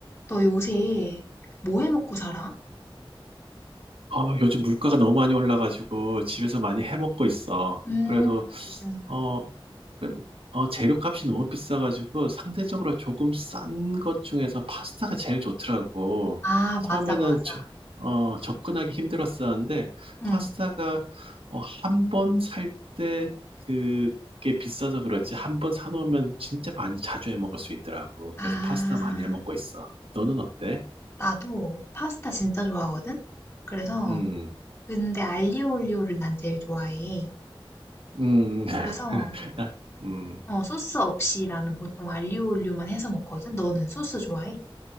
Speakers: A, on the left; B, on the right.
A: 너 요새 뭐 해 먹고 살아?
B: 어, 요즘 물가가 너무 많이 올라가지고 집에서 많이 해 먹고 있어.
A: 음,
B: 그래도
A: 음.
B: 어, 어, 재료값이 너무 비싸가지고 상대적으로 조금 싼 것 중에서 파스타가 제일 좋더라고.
A: 아,
B: 처음에는
A: 맞아, 맞아.
B: 저- 어, 접근하기 힘들었었는데
A: 응.
B: 파스타가 어, 한 번 살 때 그게 비싸서 그렇지 한 번 사놓으면 진짜 많이 자주 해 먹을 수 있더라고. 그래서
A: 아,
B: 파스타 많이 해 먹고 있어. 너는 어때?
A: 나도 파스타 진짜 좋아하거든? 그래서,
B: 음,
A: 근데 알리오 올리오를 난 제일 좋아해.
B: 음, <laughs>
A: 그래서,
B: 나, 음.
A: 어, 소스 없이 나는 보통 알리오 올리오만 해서 먹거든? 너는 소스 좋아해?